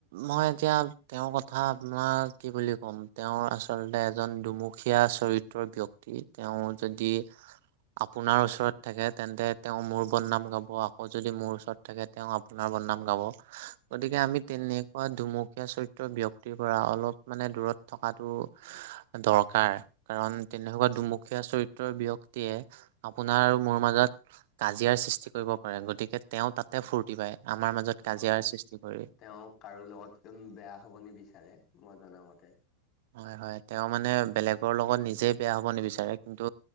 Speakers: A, on the right; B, on the left.
A: মই এতিয়া তেওঁৰ কথা আপোনাৰ কি বুলি ক'ম তেওঁ আচলতে এজন দুমুখ দুখীয়া চৰিত্ৰৰ ব্যক্তি তেওঁ যদি আপোনাৰ ওচৰত থাকে তেন্তে তেওঁ মোৰ বদনাম গাব আকৌ যদি মোৰ ওচৰত থাকে তেওঁ আপোনাৰ বদনাম গাব। গতিকে আমি
B: হয়
A: তেনেকুৱা দুমুখীয়া চৰিত্ৰ ব্যক্তিৰ পৰা অলপ মানে দূৰত থকাটো দৰকাৰ কাৰণ তেনেকুৱা দুমুখীয়া চৰিত্ৰৰ ব্যক্ত ব্যক্তিয়ে আপোনাৰ আৰু মোৰ মাজত কাজিয়াৰ সৃষ্টি কৰিব পাৰে গতিকে তেওঁ তাতে ফূৰ্তি পায় আমাৰ মাজত কাজিয়াৰ
B: হয়
A: সৃষ্টি কৰি
B: তেওঁ কাৰো লগত উম বেয়া হব নিবিচাৰে মই জনামতে।
A: হয়- হয় তেওঁ মানে বেলেগৰ লগত নিজে বেয়া হ'ব নিবিচাৰে কিন্তু